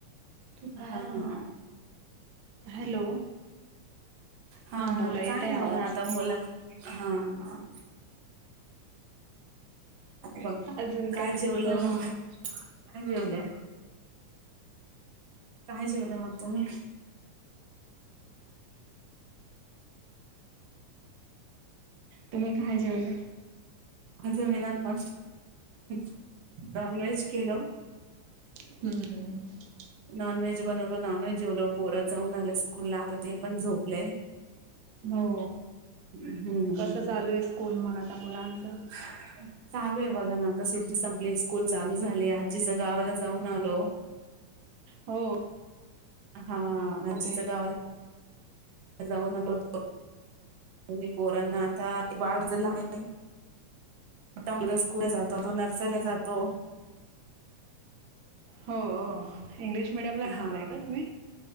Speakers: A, on the right; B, on the right.
A: तू
B: हा
A: तर
B: हा
A: हॅलो.
B: हा
A: बोला येतय
B: काय नाही
A: आवाज
B: बघा ना आता मुला
A: हा
B: हा. आता बघ
A: अजून
B: काय
A: का
B: जेवल
A: हा
B: मग काय जेवल काय जेवल मग तुम्ही
A: तुम्ही काय जेवल्या.
B: अजून मी नॉनव्हेज केलं.
A: हम्म.
B: नॉनव्हेज बनवलो नॉनव्हेज जेवलो पोर जाऊन आलं स्कूलला आता ते पण झोपले.
A: हो
B: हम्म
A: कसं चालू आहे स्कूल मग आता मुलांचं
B: <unintelligible> चालू आहे बघा ना आता सुट्टी संपली स्कूल चालू झाली. आजीच्या गावाला जाऊन आलो.
A: हो.
B: हा आजीच्या
A: मध्ये
B: गावाला. जाऊन आलो. म पोरांना आता बाळज आहे. मोठ मोठ्या स्कूलला जातो नर्सरीला जातो.
A: हो इंग्लिश मिडियम ला घातलाय
B: हा
A: का तुम्ही